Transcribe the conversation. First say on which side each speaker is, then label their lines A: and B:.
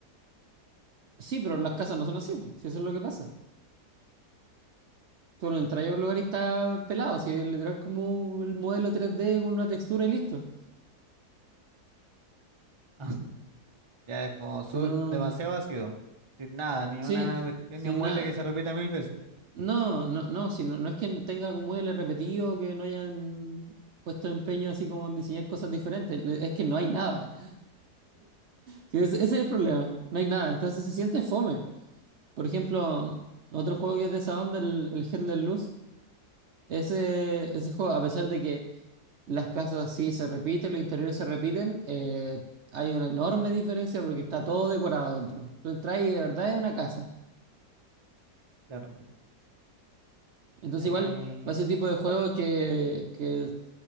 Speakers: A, on the right; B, on the right.
A: sí, pero las casas no son así, pues, si eso es lo que pasa. Tú no entras a un lugar y está pelado, si es literal como el modelo 3D con una textura y listo.
B: <laughs> Ya es como su-
A: Si no,
B: demasiado
A: no-
B: vacío, sin nada, ni
A: sí,
B: una cuestión,
A: sin
B: ni un mueble
A: nada.
B: que se repita mil veces.
A: No, no, no, si no, no es que tenga como el repetido, que no hayan puesto empeño así como en diseñar cosas diferentes, le- es que no hay nada. <laughs> Sí, ese ese es el problema. No hay nada. Entonces se siente fome. Por ejemplo, otro juego que es de esa onda, el, el Hell Let Loose, ese, ese juego, a pesar de que las casas sí se repiten, los interiores se repiten, eh, hay una enorme diferencia porque está todo decorado adentro. Tú entras y de verdad es una casa.
B: Claro,
A: Entonces
B: en
A: igual,
B: el,
A: para ese tipo de juegos que, que